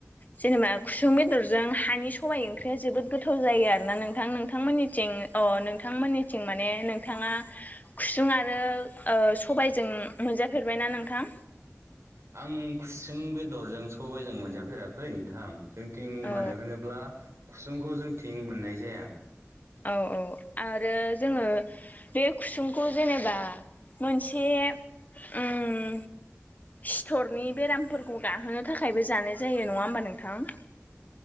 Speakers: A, on the left; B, on the right.
A: जेनेबा खुसुं बेदरजों हानि साबाइ ओंख्रिया जोबोद गोथाव जायो आरो ना नोंथां नोंथांमोननिथिं अ नोंथांमोननिथिं माने नोंथाङा खुसुं आरो ओह स सबायजों मोनजाफेरबायना नोंथां
B: आं खुसों बेदरजों सबायजों मोनजाफेराखै नोंथां जों थिं
A: औ
B: मानो होनोब्ला खुसुंखौ जों थिं मोननाय जाया
A: औ औ आरो जोङो बे खुसुंखौ जेनेबा मोनसे उम सिथरनि बेरामफोरखौ गाहोनो थाखायबो जानाय जायो नङा होमबा नोंथां द <inaudible>